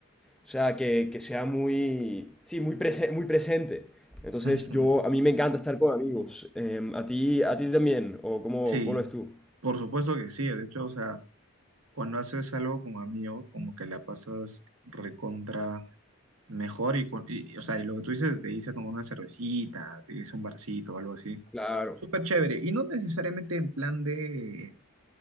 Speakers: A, in the centre; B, on the right.
A: o sea, que, que sea muy, sí, muy, prese- muy presente. Entonces,
B: Ujú.
A: yo, a mí me encanta estar con amigos. Em, ¿a ti, a ti también? ¿O cómo,
B: Sí,
A: cómo lo ves tú?
B: por supuesto que sí, de hecho, o sea... Cuando haces algo con amigos, como que la pasas recontra mejor y, cu- y- y, o sea, y lo que tú dices, de irse a tomar una cervecita, de irse a un barcito o algo así,
A: Claro,
B: súper chévere. Y no necesariamente en plan de,